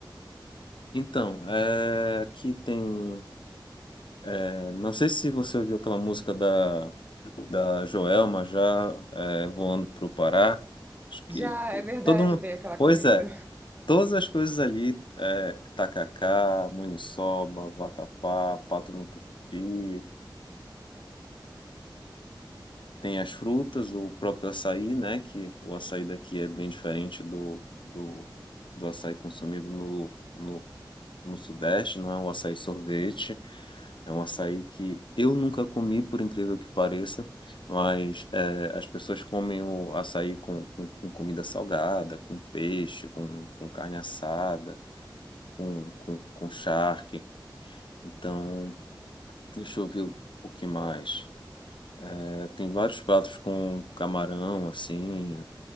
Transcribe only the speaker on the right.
Já é verdade,
tem aquela
comida.